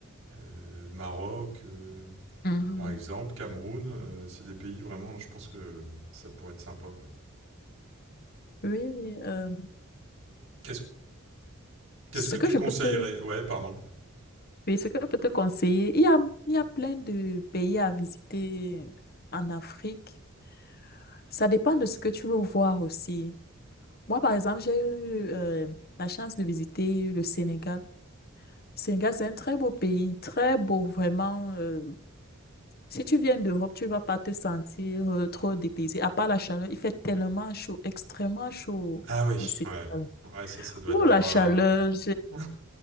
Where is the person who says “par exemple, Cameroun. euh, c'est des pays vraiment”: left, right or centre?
Right